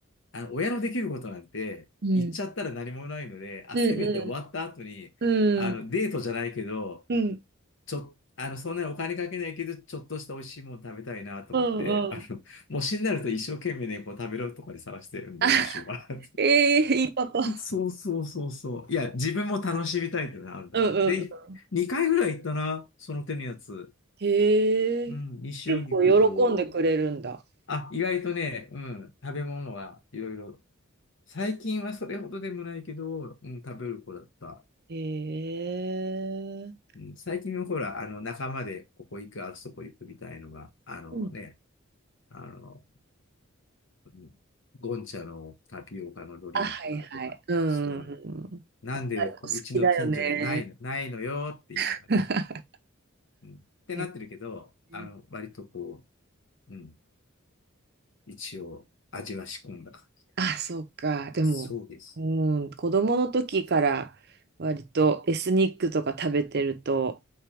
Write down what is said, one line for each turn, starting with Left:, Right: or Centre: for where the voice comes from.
Left: あの、親のできることなんて、
Right: うん。
Left: 言っちゃったら何もないので、あ、
Right: う
Left: せめて終わった後に、
Right: ん。うん。
Left: あの、デートじゃないけど、
Right: うん。<laughs>
Left: ちょ、あの、そんなにお金かけないけど、ちょっとした美味しいもの食べたいなと思って、
Right: うん。
Left: あの、模試になると一生懸命ね、こう食べるとこで探して、うんどうにしようかなって
Right: あ、ええいいパパ。
Left: そうそうそうそう。いや、自分も楽しみたいっていうのはあるんだけど。
Right: うん
Left: で、2回ぐらい行ったな、その手のやつ。
Right: へえ。
Left: うん、西荻窪。
Right: 結構喜んでくれるんだ。
Left: あ、意外とね、うん、食べ物がいろいろ。最近はそれほどでもないけど、うん、食べる子だった。
Right: へえ。
Left: うん、最近はほら、あの、仲間でここ行く、あそこ行くみたいのが、あのね、
Right: うん。
Left: あの、うん、ゴンチャのタピオカのドリンクがとか、
Right: あ、はいはい。うん。
Left: そうな、なんでこううちの近所にはないの、
Right: 若い子好きだよね。
Left: ないのよって言いながら。
Right: <laughs>
Left: うんってなってるけど、
Right: へ
Left: あの、
Right: え
Left: 割とこう、うん、一応味は仕込んだ感じ。
Right: あ、そうか。でも、
Left: そうです。
Right: うん、子供の時から割とエスニックとか食べてると